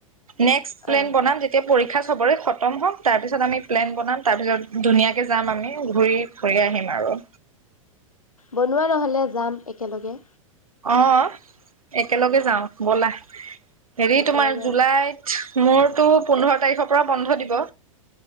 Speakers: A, on the right; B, on the left.
A: নেক্সট প্লেন
B: অ
A: বনাম, যেতিয়া পৰীক্ষা সবৰে খতম হক তাৰপিছত আমি প্লেন বনাম তাৰপিছত ধুনীয়াকে যাম আমি ঘূৰি ফুৰি আহিম আৰু
B: বনোৱা নহ'লে যাম একেলগে
A: অঁ একেলগে যাওঁ বলা । হেৰি
B: একেলগে
A: তোমাৰ জুলাইত। মোৰতো পোন্ধৰ তাৰিখৰ পৰা বন্ধ দিব।